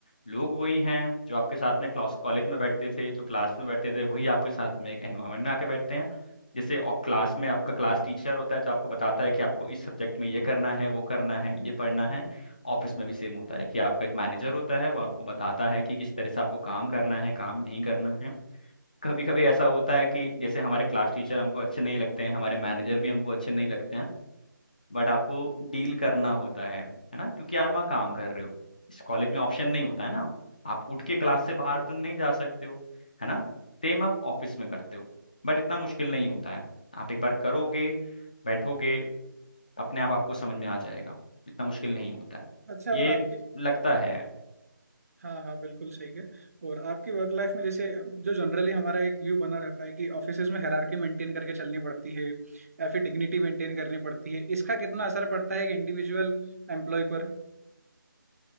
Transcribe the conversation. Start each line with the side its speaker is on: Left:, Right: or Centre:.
Left: लोग वही हैं जो आपके साथ में क्लास कॉलेज में बैठते थे जो क्लास में बैठते थे वही आपके साथ में एक एनवायरनमेंट में आके बैठते हैं जैसे और क्लास में आपका क्लास टीचर होता है जो आपको बताता है कि आपको इस सब्जेक्ट में ये करना है वो करना है ये पढ़ना है ऑफिस में भी सेम होता है कि आपका एक मैनेजर होता है वो आपको बताता है कि किस तरह से आपको काम करना है काम नहीं करना है कभी कभी ऐसा होता है कि जैसे हमारे क्लास टीचर हमको अच्छे नहीं लगते हैं हमारे मैनेजर भी हमको अच्छे नहीं लगते हैं बट आपको डील करना होता है है ना क्योंकि आप वहाँ काम कर रहे हो इस कॉलेज में ऑप्शन नहीं होता है ना आप उठ के क्लास से बाहर तो नहीं जा सकते हो है ना सेम आप ऑफिस में करते हो बट इतना मुश्किल नहीं होता है आप एक बार करोगे बैठोगे अपने आप आपको समझ में आ जाएगा इतना मुश्किल नहीं होता है
Right: अच्छा
Left: ये
Right: और आपकी
Left: लगता है
Right: हाँ हाँ बिल्कुल सही है और आपकी वर्क लाइफ में जैसे जो जनरली हमारा एक व्यू बना रहता है कि ऑफिसेज में हायरार्की मेंटेन करके चलनी पड़ती है या फिर डिग्निटी मेंटेन करनी पड़ती है इसका कितना असर पड़ता है एक इंडिविजुअल एम्प्लॉय पर